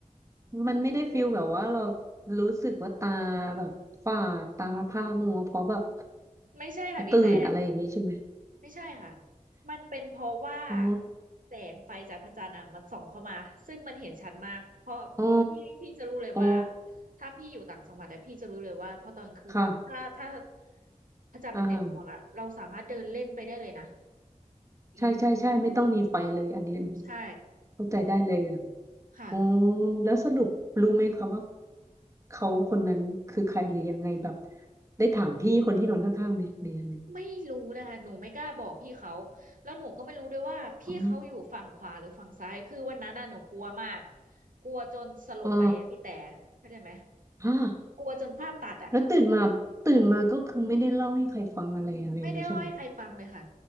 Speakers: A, on the right; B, on the right.
A: มันไม่ได้ฟิลแบบว่าเรารู้สึกว่าตาแบบฝ่าตาผ้ามัวเพราะแบบ
B: ไม่ใช่ค่ะพี่แต่
A: ตื่นอะไรอย่างนี้ใช่ไหม
B: ไม่ใช่ค่ะ มันเป็นเพราะว่า
A: <laughs> อ๋อ
B: แสงไฟจากพระจันทร์อ่ะมันส่องเข้ามา ซึ่งมันเห็นชัดมาก เพราะ
A: อ๋อ
B: พี่พี่จะรู้เลยว่า
A: อ๋อ
B: ถ้าพี่อยู่ต่างจังหวัดอะพี่จะรู้เลยว่าพอตอนกลางคืนอ่ะถ้าถ้า
A: ค่ะ
B: พระจันทร์มันเต็มดวงอ่ะเราสามารถเดินเล่นไปได้เลยนะ
A: อ่า
B: อืม
A: ใช่ใช่ใช่ ไม่ต้องมีไฟเลยอันนี้อันนี้
B: ใช่
A: เข้าใจได้เลยอ่ะ
B: ค่ะ
A: อ๋อแล้วสรุปรู้ไหมคะว่าเขาคนนั้นคือใครหรือยังไงแบบได้ถามพี่คนที่นอนข้างๆไหมหรือยังไง
B: ไม่รู้เลยค่ะหนูไม่กล้าบอกพี่เขาแล้วหนูก็ไม่รู้ด้วยว่าพี่เขาอยู่ฝั่งขวาหรือฝั่งซ้ายคือวันนั้นน่ะหนูกลัวมาก
A: อ๋อ
B: กลัวจนสลบไปอะพี่แต่เข้าใจไหม
A: อ๋อฮะ
B: กลัวจนภาพตัดอ่ะ
A: แล้วตื่นมาตื่นมาก็คือไม่ได้เล่าให้ใครฟังอะไรอะไรเลยใช่ไหม
B: ไม่ได้เล่าให้ใครฟังเลยค่ะ